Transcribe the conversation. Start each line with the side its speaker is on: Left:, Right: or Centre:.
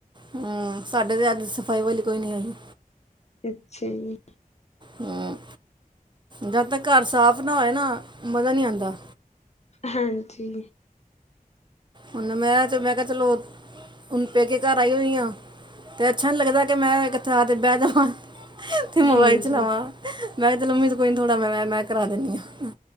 Right: ਹਮ ਸਾਡੇ ਤੇ ਅੱਜ ਸਫ਼ਾਈ ਵਾਲੀ ਕੋਈ ਨਈ ਆਈ।
Left: ਅੱਛਾ ਜੀ।
Right: ਹਮ, ਜਦ ਤੱਕ ਘਰ ਸਾਫ਼ ਨਾ ਹੋਏ ਨਾ ਮਜ਼ਾ ਨਹੀਂ ਆਦਾ।
Left: ਹਾਂਜੀ।
Right: ਹੁਣ ਮੈਂ ਮੈਂ ਕਿਹਾ ਚਲੋ ਹੁਨ ਪੇਕੇ ਘਰ ਆਈ ਹੋਈ ਆ ਤੇ ਅੱਛਾ ਨੀ ਲੱਗਦਾ ਕਿ ਮੈਂ ਇੱਥੇ ਆ ਕੇ ਬਹਿ ਜਾਵਾਂ। ਤੇ ਮੋਬਾਈਲ
Left: ਹਾਂਜੀ।
Right: ਚਲਾਵਾਂ ਮੈਂ ਤੇ ਲਮੀ ਸੀ ਪਈ ਥੋੜਾ ਮੋਬਾਈਲ ਮੈਂ ਕਰਾ ਦਿੰਦੀ ਹਾਂ।